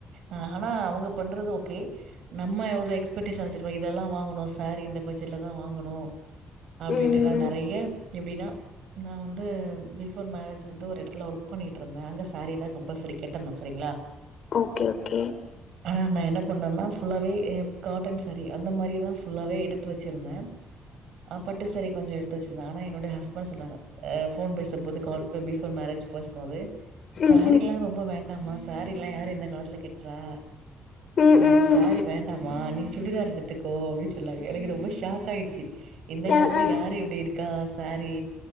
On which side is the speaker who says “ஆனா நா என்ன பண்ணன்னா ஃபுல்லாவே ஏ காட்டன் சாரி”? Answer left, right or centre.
Right